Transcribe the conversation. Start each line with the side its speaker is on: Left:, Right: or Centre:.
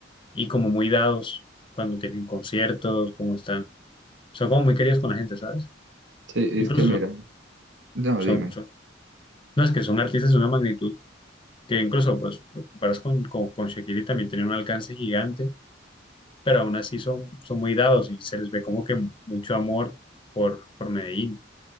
Left: y como muy dados cuando tienen conciertos, como están. Son como muy queridos con la gente, ¿sabes?
Right: Sí,
Left: Incluso
Right: es que mira,
Left: son,
Right: no,
Left: son,
Right: dime.
Left: son- no es que son artistas de una magnitud que incluso, pues, lo comparas con, con, con Shakira y también tienen un alcance gigante pero aún así son, son muy dados y se les ve como que mucho amor por, por Medellín.